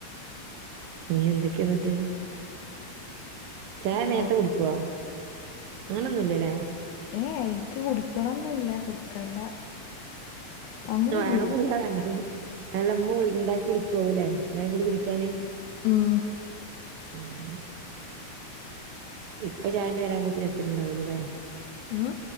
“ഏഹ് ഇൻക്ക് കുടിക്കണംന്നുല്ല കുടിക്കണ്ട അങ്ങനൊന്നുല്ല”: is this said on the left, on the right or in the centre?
Left